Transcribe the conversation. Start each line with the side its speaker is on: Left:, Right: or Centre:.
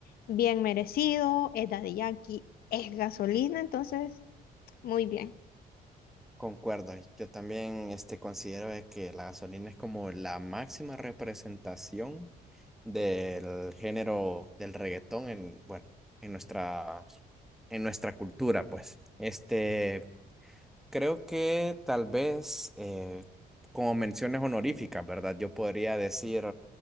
Left: bien merecido, es Daddy Yankee, es Gasolina, entonces muy bien.
Centre: Concuerdo, y yo también este, considero de que la gasolina es como la máxima representación del género del reggaetón en, bueno, en nuestra, en nuestra cultura, pues. Este, creo que tal vez eh, como menciones honoríficas, ¿verdad? Yo podría decir,